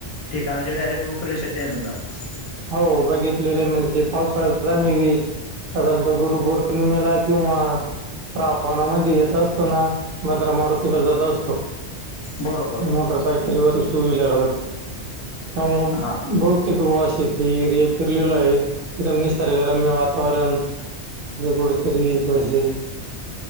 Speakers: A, on the left (about 65°); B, on the right (about 60°).
A: ठिकाणाचे डायरेक्ट रूपरेषेचे <unintelligible>
B: हो बघितलेलं आहे म्हणजे पावसाळ्यात म साधारणता गुरुपौर्णिमेला किंवा श्रावणामध्ये येत असतोना भद्रा मारुतीला जात असतो.
A: बरोबर बरोबर
B: मोटर सायकलीवर टू व्हीलर वर. ह
A: हां
B: बहुतेक <unintelligible> फिरलेलो आहे एकदम निसर्गरम्य वात वरन अ कडतरी तथुळशी